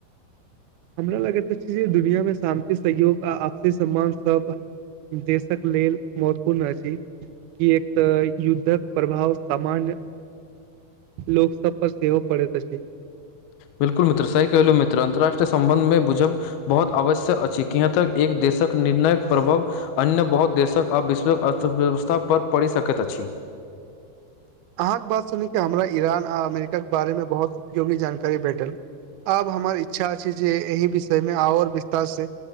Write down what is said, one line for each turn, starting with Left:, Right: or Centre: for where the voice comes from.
Right: हमरा लगैत त छै दुनिियामे शान्ति सहयोग आपसी सम्मान सब देशक लेल महत्वपूर्ण अछि कि एक तऽ युद्धक प्रभाव सामान्य लोक सब पर सेहो पड़ैत छै।
Left: बिल्कुल मित्र सही कहहिलू मित्र अन्तर्रराष्ट्रीय संबंध मे बुझब बहुत आवश्यक अछि यहाँ तक एक देश। क निर्णक प्रभाव अन्य बहुत देशक आ विश्वक अर्थव्यवस्था पर पड़ि सकैत अछि। <unintelligible>
Right: अहाँके बात सुने हमरा ईरान आ अमेरिकाके बारेमे बहुत उपयोगी जानकारी भेटल। आब हमर इच्छा छै जे एहिह विषय मे आओर विस्तार से